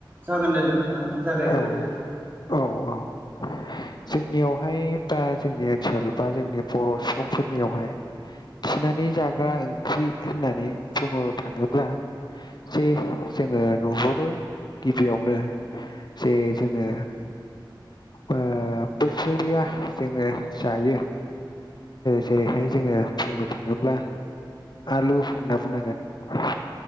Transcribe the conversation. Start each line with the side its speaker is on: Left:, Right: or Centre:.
Right: जागोन दे नोंथाङानो जागायग्रोदो
Left: औ औ औ जोंनियावहाय बा जोंनि ओनसोल बा जोंनि बर' सुबुंफोरनियावहाय थिनानै जाग्रा ओंख्रि होननानै बुंनो थाङोब्ला जे जोङो नुहनो गिबियावनो जे जोङो ओ बोसोरया जोङो जायो जेरैहाय जोङो बुंनो थाङोब्ला आलु होनना बुंनांगोन